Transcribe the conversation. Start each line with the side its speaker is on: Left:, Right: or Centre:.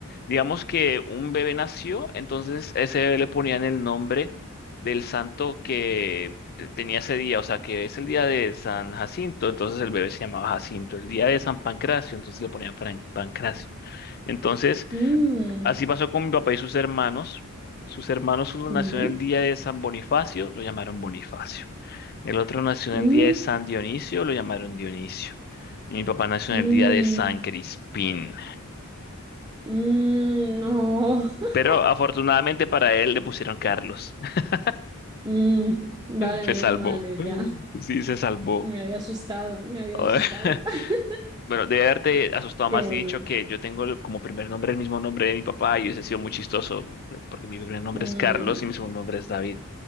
Left: Digamos que un bebé nació, entonces ese bebé le ponían el nombre del santo que te- tenía ese día, o sea, que es el día de San Jacinto, entonces el bebé se llamaba Jacinto, el día de San Pancracio, entonces le ponían Fran- Pancracio. Entonces,
Right: Mm,
Left: así pasó con mi papá y sus hermanos. Sus hermanos, uno
Right: ujú,
Left: nació en el día de San Bonifacio, lo llamaron Bonifacio. El otro nació
Right: mm,
Left: en el día de San Dionisio, lo llamaron Dionisio. Y mi papá nació
Right: mm,
Left: en el día de San Crispín.
Right: mm, no. <laughs>
Left: Pero afortunadamente para él le pusieron Carlos. <laughs>
Right: Mm, vale,
Left: Se
Right: menos
Left: salvó.
Right: mal, yo ya.
Left: Sí, se salvó.
Right: Me había asustado, me había
Left: <laughs>
Right: asustado. <laughs>
Left: Bueno, debe haberte asustado
Right: Qué
Left: más
Right: bueno.
Left: y dicho que yo tengo el- como primer nombre el mismo nombre de mi papá y hubiese sido muy chistoso, eh, porque mi primer nombre
Right: Mm,
Left: es Carlos y mi segundo nombre es David.